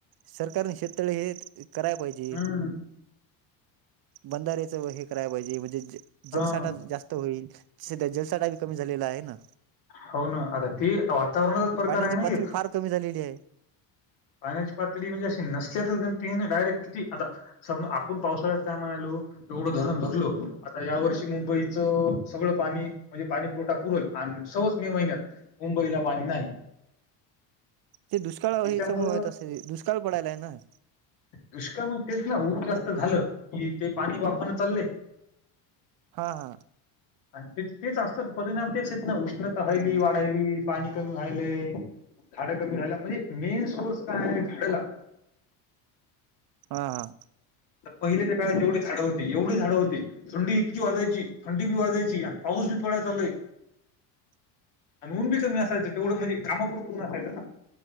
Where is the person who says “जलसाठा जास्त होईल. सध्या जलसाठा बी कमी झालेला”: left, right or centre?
Right